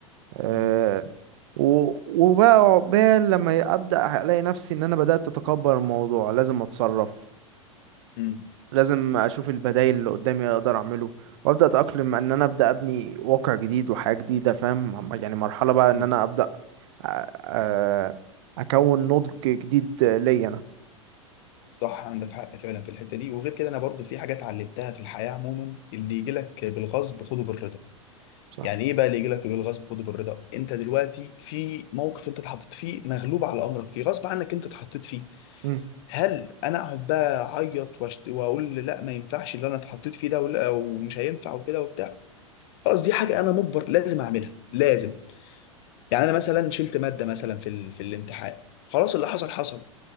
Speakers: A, on the right; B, on the left.
A: أه،
B: م-
A: و- وبقى عقبال لما ابدا الاقي نفسي ان انا بدات اتكبر الموضوع لازم اتصرف
B: م-
A: لازم اشوف البدائل اللي قدامي اللي اقدر اعمله وابدا اتاقلم ان انا ابدا ابني واقع جديد وحياه جديده فاهم عم- يعني مرحله بقى ان
B: م-
A: انا ابدا أ- أ- اكون نضج جديد ليا انا
B: صح عندك حق فعلا في الحته دي وغير كده انا برضو في حاجه اتعلمتها في الحياه عموما اللي يجي لك بالغصب خده بالرضا
A: صح
B: يعني ايه بقى اللي يجي لك بالغصب خده بالرضا انت دلوقتي في موقف انت اتحطيت فيه مغلوب على امرك فيه غصب عنك انت اتحطيت فيه
A: مم.
B: هل انا اقعد بقى اعيط واشت... واقول لا ما ينفعش اللي انا اتحطيت فيه ده ولا ومش هينفع وكده وبتاع خلاص دي حاجه انا مجبر لازم اعملها لازم يعني انا مثلا شلت ماده مثلا في ال... في الامتحان خلاص اللي حصل حصل